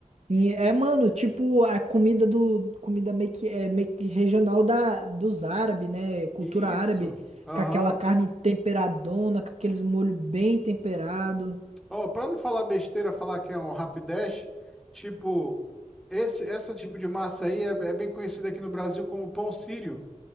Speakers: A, on the right; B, in the centre.
A: Sim. É, mano, tipo a comida do comida meio que é meio que regional da dos árabes, né? Cultura
B: Isso.
A: árabe,
B: Aham.
A: com aquela carne temperadona, com aqueles molho bem temperado.
B: Ó, pra não falar besteira, falar que é um rapidash, tipo, esse, essa tipo de massa aí é, é bem conhecida aqui no Brasil como pão sírio,